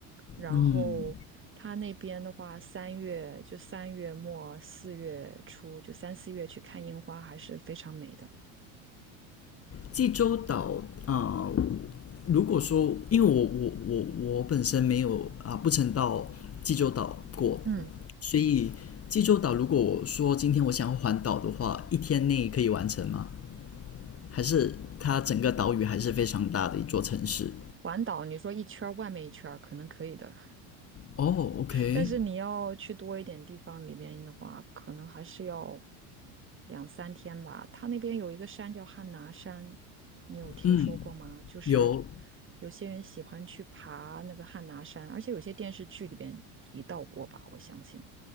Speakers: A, on the right; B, on the left.
A: 然后他那边的话，
B: 嗯。
A: 三月就三月末四月初，就三四月去看樱花还是非常美的。
B: 济州岛啊、呃如果说因为我我我我本身没有啊、呃不曾到济州岛过，
A: 嗯，
B: 所以济州岛如果我说今天我想要环岛的话，一天内可以完成吗？还是它整个岛屿还是非常大的一座城市？
A: 环岛你说一圈儿外面一圈儿可能可以的，
B: 哦，OK，
A: 但是你要去多一点地方里面的话，可能还是要两三天吧。它那边有一个山叫汉拿山，你有听说过吗？
B: 嗯，
A: 就是
B: 有，
A: 有些人喜欢去爬那个汉拿山，而且有些电视剧里边提到过吧，我相信